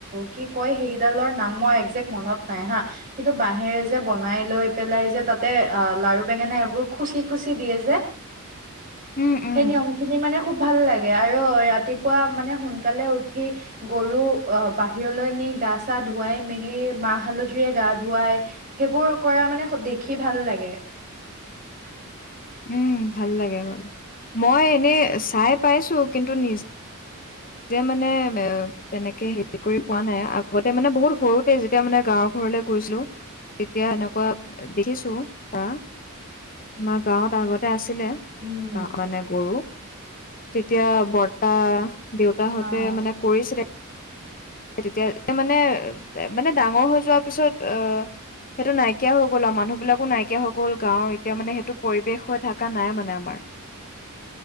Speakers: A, on the right; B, on the left.
A: কি কয় সেইকেইডালৰ নাম, মই একজেক্ট মনত নাই হা। কিন্তু বাঁহেৰে যে বনাই লৈ পেলাই যে তাতে অ, লাৰু বেঙেনা এইবোৰ খুচি খুচি দিয়ে যে।
B: <inaudible> উম
A: সেই নিয়ম খিনি মানে খুব ভাল লাগে। আৰু ৰাতিপুৱা মানে সোনকালে উঠি গৰু অহ বাহিৰলৈ নি গা-চা ধুৱাই মেলি মাহ হালধিৰে গা ধুৱায়। সেইবোৰ কৰা মানে স দেখি ভাল লাগে।
B: উম, ভাল লাগে বাৰু। মই এনে চাই পাইছোঁ, কিন্তু নি জে মানে এ তেনেকে হেৰি কৰি পোৱা নাই। আগতে মানে বহুত সৰুতে যেতিয়া মানে গাঁৱৰ ঘৰলে গৈছিলো। তেতিয়া এনেকুৱা দেখিছো ধৰা, আমাৰ গাঁৱত আগতে আছিলে।
A: উম
B: গা মানে গৰু। তেতিয়া বৰ্তা, দেউতাহঁতে
A: অ'।
B: মানে কৰিছিলে। এ তেতিয়া মানে, মানে ডাঙৰ হৈ যোৱাৰ পিছত আহ সেইটো নাইকিয়া হৈ গ'ল আও মানুহ বিলাকো নাইকিয়া হৈ গ'ল। গাঁৱৰ এতিয়া মানে, সেইটো পৰিৱেশ হৈ থকা নাই মানে আমাৰ।